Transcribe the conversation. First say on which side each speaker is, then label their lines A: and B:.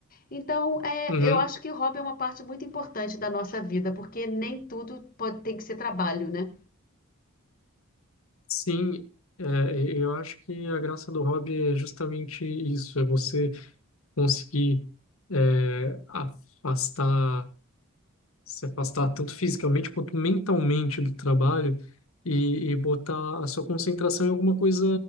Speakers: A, on the left; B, on the left.
A: Então, é,
B: uhum,
A: eu acho que o hobby é uma parte muito importante da nossa vida, porque nem tudo pode, tem que ser trabalho, né?
B: sim. É, e- eu acho que a graça do hobby é justamente isso, é você conseguir é, afastar se afastar tanto fisicamente quanto mentalmente do trabalho e, e botar a sua concentração em alguma coisa